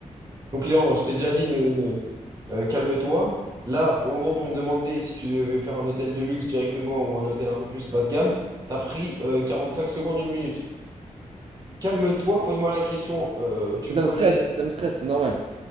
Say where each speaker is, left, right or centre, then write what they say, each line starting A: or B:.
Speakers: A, on the right; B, on the right.
A: Donc Léandre, je t'ai déjà dit, ne, ne- euh, calme-toi. Là, pour- en gros, pour me demander si tu devais faire un hôtel de luxe directement ou un hôtel un peu plus bas de gamme, t'as pris euh, 45 secondes, une minute. Calme-toi, pose-moi la question. euh, tu
B: Ça
A: me connais,
B: me stresse, ça me stresse, c'est normal.